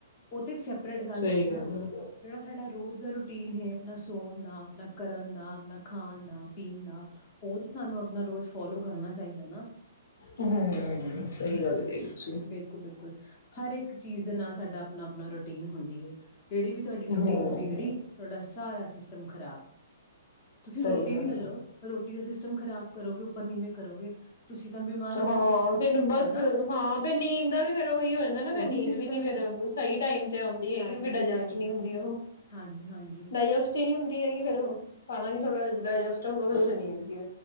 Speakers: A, on the left; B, on the left.
A: ਉਹ ਤੇ ਇੱਕ ਸੈਪਰੇਟ ਗੱਲ
B: ਸਹੀ
A: ਰਹੀ ਨਾ
B: ਹੈ
A: ਜਿਹੜਾ ਸਾਡਾ ਰੋਜ਼ ਦਾ ਰੂਟੀਨ ਹੈ ਆਪਣਾ ਸੋਣ ਦਾ ਆਪਣਾ ਕਰਨ ਦਾ ਆਪਣਾ ਖਾਣ ਦਾ ਪੀਣ ਦਾ ਉਹ ਤੇ ਸਾਨੂੰ ਆਪਣਾ ਰੋਜ਼ ਫੋਲੋ ਕਰਨਾ ਚਾਹੀਦਾ ਨਾ
B: ਹਮ ਸਹੀ ਗੱਲ ਕਹੀ ਤੁਸੀਂ
A: ਬਿਲਕੁਲ ਬਿਲਕੁਲ ਹਰ ਇੱਕ ਚੀਜ਼ ਦੇ ਨਾਲ ਸਾਡਾ ਆਪਣਾ ਆਪਣਾ ਰੋਟੀ ਰਟੀ ਹੁੰਦੀ ਹੈ, ਜਿਹੜੀ ਵੀ ਤੁਹਾਡੀ ਰੂਟੀਨ
B: ਹੂੰ
A: ਬਗੜੀ ਤੁਹਾਡਾ ਸਾਰਾ ਸਿਸਟਮ ਖਰਾਬ ਤੁਸੀਂ ਰੋਟੀ
B: ਸਹੀ ਗੱਲ
A: ਵੀ ਲੈਲੋ
B: ਹੈ
A: ਰੋਟੀ ਦਾ ਸਿਸਟਮ ਖ਼ਰਾਬ ਕਰੋਗੇ ਉਵੇਂ ਕਰੋਗੇ ਤੁਸੀਂ ਤਾਂ ਬਿਮਾਰ ਹੋ
B: ਹਾਂ
A: ਜਾਓਗੇ
B: ਫਿਰ ਬਸ
A: ਹਨਾ
B: ਹਾਂ ਫ਼ਿਰ ਨੀਂਦ ਦਾ ਵੀ ਫੇਰ ਉਹੀ ਹੋ ਜਾਂਦਾ ਨਾ ਫ
A: ਉਹੀ
B: ਨੀਂਦ
A: ਸਿਸਟਮ
B: ਵੀ ਨੀ ਫੇਰ
A: ਏ।
B: ਸਹੀ ਟਮ ਤੇ ਆਉਂਦੀ ਹੈਗੀ
A: ਟਾਈਮ
B: ਕਿਉਕ ਡਾਇਜਸਟ
A: ਤੇ ਆਏਗੀ
B: ਨਹੀਂ ਹੁੰਦੀ ਉਹ
A: ਹਾਂਜੀ-ਹਾਂਜੀ
B: ਡਾਇਸਟ ਨ ਹੁੰਦੀ ਹੈਗੀ ਫੇਰ ਉਹ ਖਾਣਾ ਕਿ ਥੋੜਾ ਡਾਈਜਸਟ ਕਵੇ ਨਹੀਂ ਦੀ